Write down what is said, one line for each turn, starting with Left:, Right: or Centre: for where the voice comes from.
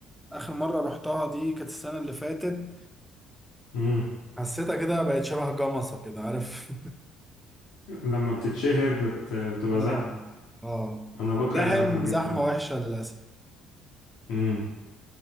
Centre: آخر مرة رحتها دي كانت السنة اللي فاتت
Left: امم
Centre: حسيتها كده بقت شبه جمصة كده عارف
Left: لما بتتشهر بت... بتبقى
Centre: <laughs> اه
Left: زحمة
Centre: اه
Left: انا بكره
Centre: زحم
Left: الزحمة جدا
Centre: زحمة
Left: بقى.
Centre: وحشة للأسف
Left: امم